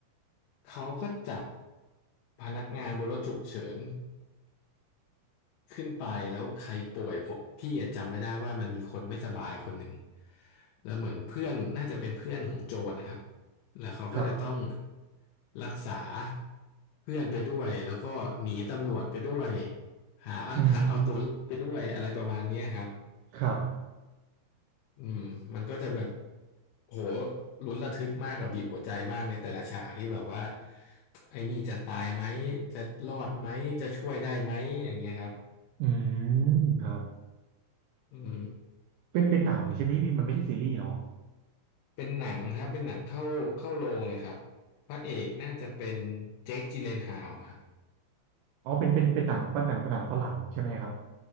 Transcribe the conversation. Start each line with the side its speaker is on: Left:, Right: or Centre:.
Left: เขาก็จับพนักงานบนรถฉุกเฉิน ขึ้นไปแล้วใครป่วยผมพี่อะจำไม่ได้ว่ามันมีคนไม่สบายคนหนึ่งแล้วเหมือนเพื่อนน่าจะเป็นเพื่อนของโจรนะครับแล้วเขาก็จะต้อง
Right: ครับ
Left: รักษาเพื่อนไปด้วยแล้วก็หนีตำรวจไปด้วยหาทางเอาตัวรอดไปด้วยอะไรประมาณเนี้ยครับ
Right: อืมครับ
Left: อืมมันก็จะแบบโหลุ้นระทึกมากกับบีบหัวใจมากในแต่ละฉากที่แบบว่าไอ้นี่จะตายไหมจะรอดไหมจะช่วยได้ไหมอย่างเงี้ยครับ
Right: อืมครับ
Left: อืม
Right: เป็นเป็นหนังใช่ไหมพี่มันไม่ใช่ซีรีส์เนาะ
Left: เป็นหนังครับเป็นหนังเข้าเข้าโรงเลยครับพระเอกน่าจะเป็นเจคจิเลนฮาวครับ
Right: อ๋อเป็นเป็นเป็นหนังเป็นหนังเป็นหนังฝรั่งใช่ไหมครับ